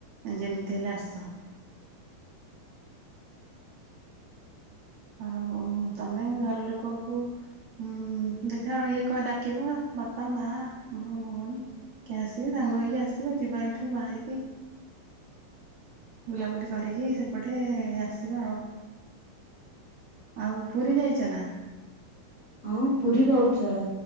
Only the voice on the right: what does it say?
ଯେମିତି ହେଲେ ଆସ। ଆଉ ତମେ ଘର ଲୋକକୁ ଉମ୍-ମ୍-ମ୍ ଦେଖା ଇଏ କର ଡ଼ାକିବ ବାପା, ମା, ଭଉଣୀ କିଏ ଆସିବେ ସାଙ୍ଗ ହେଇକି ଆସିବ। ଯିବା ଏଇଠୁ ବାହାରିକି ବୁଲାବୁଲି କରିକି ସେପଟେ-ଏ-ଏ ଆସ ଆସିବ ଆଉ, ଆଉ ପୁରୀ ଯାଇଛ ନା?